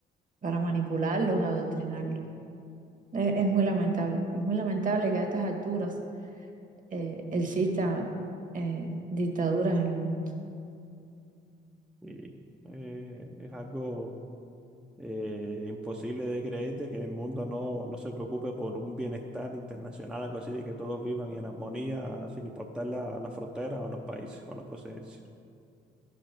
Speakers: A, on the right; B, in the centre.
A: para manipularlos, adoctrinarlos. Es, es muy lamentable, es muy lamentable que a estas alturas eh, existan eh, dictaduras en el mundo.
B: Y eh, es algo eh, imposible de creer de que el mundo no, no se preocupe por un bienestar internacional, algo así, de que todos vivan en armonía sin importar la, las fronteras o los países o la procedencia.